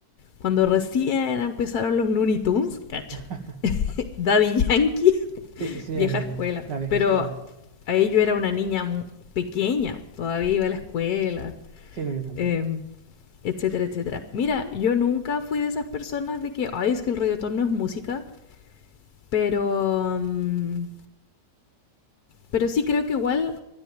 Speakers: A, on the left; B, on the right.
A: cuando recién empezaron los Looney Tunes, cacha.
B: <laughs>
A: Daddy Yankee, <laughs>
B: Sí, sí, sí,
A: vieja
B: el-
A: escuela.
B: la vieja
A: Pero
B: escuela.
A: ahí yo era una niña mu- pequeña, todavía iba a la escuela.
B: Sí, no, yo también.
A: eh, etcétera, etcétera. Mira, yo nunca fui de esas personas de que, ay, es que el reggaetón no es música, pero, mm, pero sí creo que igual